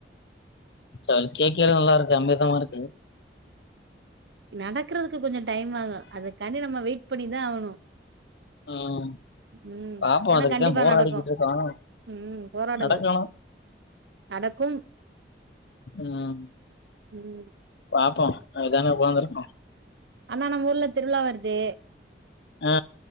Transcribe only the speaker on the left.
அது கேக்க எல்லாம் நல்லா இருக்கு அமிர்தமா இருக்கு
ம்
பாப்போம்
அதுக்குதா
போராடிக்கிட்டு
இருக்கோம்
நடக்கணும்
ம்
பாப்போம் அதானே ஒக்காந்துருக்கோ
ஆ